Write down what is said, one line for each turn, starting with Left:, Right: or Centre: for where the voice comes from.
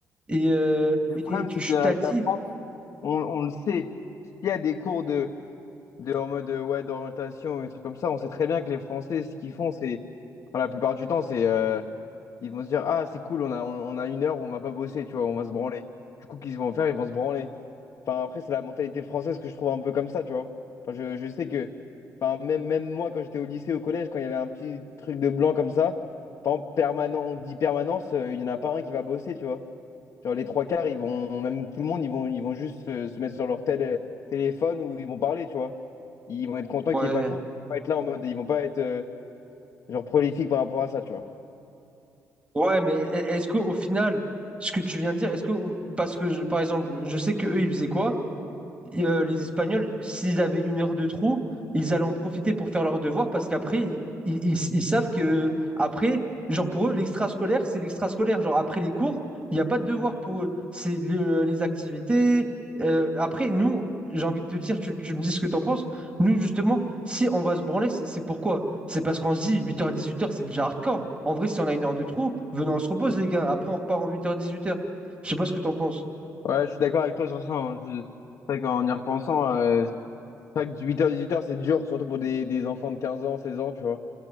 Right: Et, euh,
Left: Le
Right: et,
Left: problème,
Right: et tu
Left: c'est qu'avec
Right: t'as dit,
Left: la France, on, on le sait. S'il y a des cours de de, en mode euh, ouais, d'orientation ou et trucs comme ça. On sait très bien que les Français, ce qu'ils font, c'est, enfin, la plupart du temps, c'est euh, ils vont se dire, ah, c'est cool, on a, on, on a une heure, on va pas bosser, tu vois, on va se branler. Du coup, qu'ils vont faire, ils vont se branler. Enfin, après, c'est la mentalité française que je trouve un peu comme ça, tu vois. Enfin, je, je sais que, enfin, même, même moi, quand j'étais au lycée, au collège, quand il y avait un petit truc de blanc comme ça, par exemple, permanent, on dit permanence, euh, il y en a pas un qui va bosser, tu vois. Genre les trois quarts, ils vont, même tout le monde, ils vont, ils vont juste euh, se, mettre sur leur télé- téléphone ou ils vont parler, tu vois. Ils vont être contents
Right: ouais,
Left: qu'il n'y ait pas cours. Ils vont pas être là en mode. Ils vont pas être euh, genre prolifiques par rapport à ça, tu vois.
Right: ouais, mais e- est-ce qu'au final, ce que tu viens de dire, est-ce que, parce que, je- par exemple, je sais que eux, ils faisaient quoi? Et, euh, les Espagnols, s'ils avaient une heure de trou, ils allaient en profiter pour faire leurs devoirs parce qu'après, ils, ils- ils- ils savent que, après, genre pour eux, l'extrascolaire, c'est l'extrascolaire. Genre après les cours, il n'y a pas de devoir pour eux. C'est le- les activités. Euh, après, nous, j'ai envie de te dire, tu, tu me dis ce que tu en penses. Nous, justement, si on va se branler, c'est c'est pourquoi? C'est parce qu'on se dit 8h, 18h, c'est déjà hardcore. En vrai, si on a une heure de trou, venons, on se repose, les gars. Après, on repart en 8h, 18h. Je sais pas ce que tu en penses.
Left: Ouais, je suis d'accord avec toi sur ça. hein. Je- C'est vrai qu'en y repensant, euh, c'est vrai que du 8h-18h, c'est dur, surtout pour des, des enfants de 15 ans, 16 ans, tu vois.